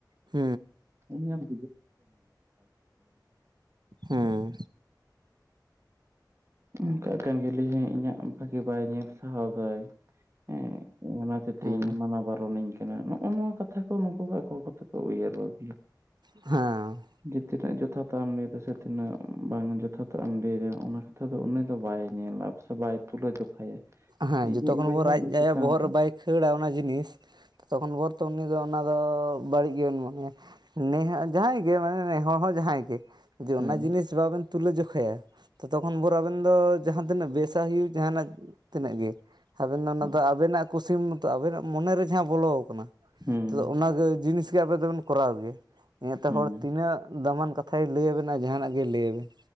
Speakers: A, on the right; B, on the right.
A: ᱦᱮᱸ
B: ᱩᱱᱤ ᱟᱢ <unintelligible>
A: ᱦᱮᱸ
B: ᱚᱱᱠᱟᱜ ᱠᱟᱱ ᱜᱮᱞᱤᱭᱮ ᱦᱮᱸ ᱤᱧᱟᱹᱜ ᱵᱷᱟᱹᱜᱤ ᱵᱟᱭ ᱧᱮᱞ ᱥᱟᱦᱟᱣ ᱫᱟᱭ ᱦᱮᱸ ᱚᱱᱟ ᱦᱚᱛᱮᱜ
A: ᱦᱮᱸ
B: ᱛᱮ ᱤᱧ ᱮ ᱢᱟᱱᱟ ᱵᱟᱨᱚᱱᱤᱧᱼᱼ ᱱᱚᱜᱼᱚ ᱱᱚᱣᱟ ᱠᱟᱛᱷᱟ ᱠᱚ ᱱᱩᱠᱩ ᱟᱠᱚ ᱟᱠᱚ ᱛᱮ ᱠᱚ ᱩᱭᱦᱟᱹᱨ ᱵᱟᱹᱵᱤᱭᱟ
A: ᱦᱟᱸ
B: ᱡᱮ ᱛᱤᱱᱟᱹᱜ ᱡᱚᱛᱷᱟ ᱛᱟᱜ ᱮᱢ ᱞᱟᱹᱭᱫᱟ ᱥᱮ ᱛᱤᱱᱟᱹᱜ ᱵᱟᱝ ᱡᱚᱛᱷᱟᱛᱟᱜ ᱮᱢ ᱞᱟᱹᱭᱫᱟ ᱚᱱᱟ ᱱᱤᱛᱚᱜ ᱫᱚ ᱩᱱᱤ ᱫᱚ ᱵᱟᱭ ᱧᱮᱞᱟ ᱥᱮ ᱵᱟᱭ ᱛᱩᱞᱟᱹ ᱡᱚᱠᱷᱟᱭᱟ
A: ᱦᱮᱸ
B: ᱤᱧᱤᱡ
A: ᱡᱚᱛᱚ ᱠᱷᱚᱱ
B: ᱵᱚᱭᱦᱟ
A: <unintelligible>
B: ᱤᱧ ᱪᱮᱛᱟᱱ
A: ᱵᱚᱦᱚᱜ ᱨᱮ ᱵᱟᱭ ᱠᱷᱟᱹᱲᱟ ᱚᱱᱟ ᱡᱤᱱᱤᱥᱼᱼ ᱛᱚᱠᱷᱚᱱ ᱵᱷᱚᱨ ᱛᱚ ᱩᱱᱤ ᱫᱚ ᱚᱱᱟ ᱫᱚ ᱵᱟᱹᱲᱤᱡ ᱜᱮᱵᱚᱱ ᱢᱚᱱᱮᱭᱟ ᱱᱮ ᱦᱟᱸᱜ ᱡᱟᱦᱟᱸᱭ ᱜᱮ ᱢᱟᱱᱮ ᱱᱮᱦᱚᱲ ᱦᱚᱸ ᱡᱟᱦᱟᱸᱭ ᱜᱮᱼᱼ ᱡᱩᱫᱤ ᱚᱱᱟ
B: ᱦᱳᱭ
A: ᱡᱤᱱᱤᱥ ᱵᱟᱵᱮᱱ ᱛᱩᱞᱟᱹ ᱡᱚᱠᱷᱟᱭᱟ ᱛᱚᱛᱚ ᱠᱷᱚᱱ ᱵᱷᱚᱨ ᱟᱵᱮᱱᱼᱼ ᱫᱚ ᱡᱟᱦᱟᱸ ᱛᱤᱱᱟᱹᱜ ᱵᱮᱥᱟ ᱦᱩᱭᱩᱜ ᱡᱟᱦᱱᱟᱜ ᱛᱤᱱᱟᱹᱜ ᱜᱮ ᱟᱵᱮᱱ ᱫᱚ ᱚᱱᱟ
B: ᱦᱳᱭ
A: ᱫᱚ ᱟᱵᱮᱱᱟᱜ ᱠᱩᱥᱤ ᱥᱤᱢ ᱢᱚᱛᱛᱚ ᱟᱵᱮᱱᱟᱜ ᱢᱚᱱᱮ ᱨᱮ ᱡᱟᱦᱟᱸ ᱵᱚᱞᱚ ᱟᱠᱟᱱᱟ
B: ᱦᱩᱸ
A: ᱛᱚᱼᱼ ᱚᱱᱟ ᱜᱮ ᱡᱤᱱᱤᱥ ᱜᱮ ᱟᱵᱮ ᱫᱚᱵᱮᱱ ᱠᱚᱨᱟᱣ ᱜᱮᱭᱟ ᱤᱱᱟ ᱛᱮ
B: ᱦᱩᱸ
A: ᱦᱚᱲ ᱛᱤᱱᱟᱹᱜ ᱫᱟᱢᱟᱱ ᱠᱟᱛᱷᱟ ᱠᱚ ᱠᱟᱛᱷᱟᱭ ᱞᱟᱹᱭ ᱟᱵᱮᱱᱟ ᱡᱟᱦᱟᱱᱟᱜ ᱜᱮ ᱞᱟᱹᱭ ᱟᱵᱮᱱ